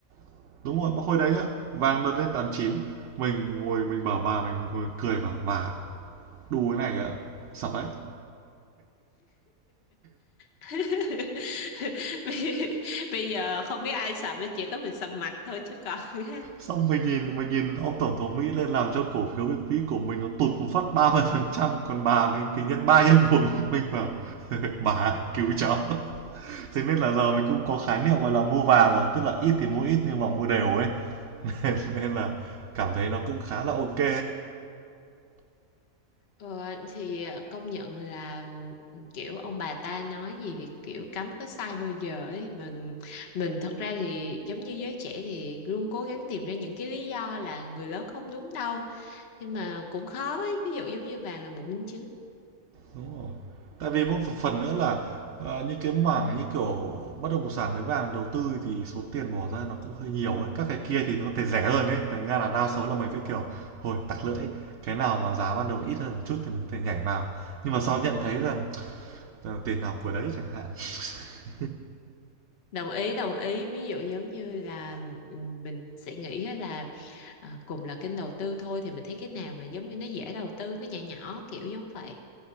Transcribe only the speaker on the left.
<laughs> Bây bây giờ không biết ai sập, chỉ có mình sập mặt thôi chứ còn. <laughs>
Ờ, thì ờ, công nhận là kiểu ông bà ta nói gì thì kiểu cấm có sai bao giờ ấy mình mình thật ra thì giống như giới trẻ thì luôn cố gắng tìm ra những cái lý do là người lớn không đúng đâu nhưng mà cũng khó ấy ví dụ giống như vàng là một minh chứng
đồng ý đồng ý ví dụ giống như là ừ, mình sẽ nghĩ á là ờ, cùng là kênh đầu tư thôi thì mình thấy cái nào mà giống như nó dễ đầu tư nó nhỏ nhỏ kiểu giống vậy